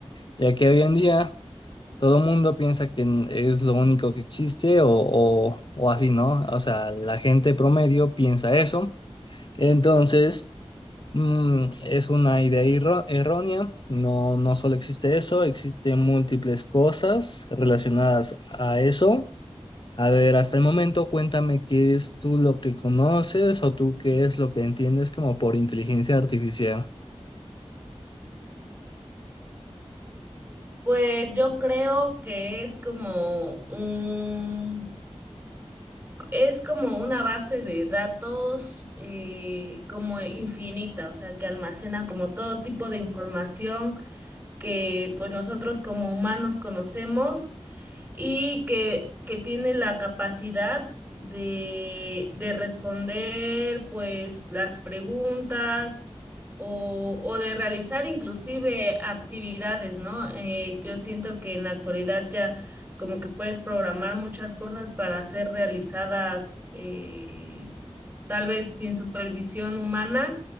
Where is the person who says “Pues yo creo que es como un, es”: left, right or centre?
Right